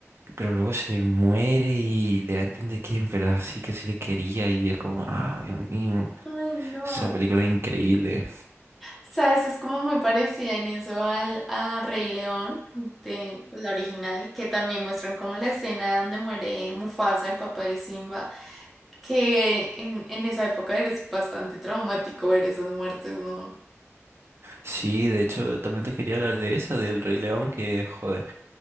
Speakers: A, on the right; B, in the centre.
A: pero luego se muere y le da a entender que en verdad sí que sí le quería y es como, ah, Dios mío,
B: Ay, no.
A: esa película es increíble.
B: Sabes, es como muy parecida en eso al a Rey León, de pues, la original, que también muestran como la escena donde muere Mufasa, el papá de Simba, que en, en esa época eres bastante traumático ver esas muertes, ¿no?
A: Sí, de hecho, también te quería hablar de esa, del Rey León, que, joder,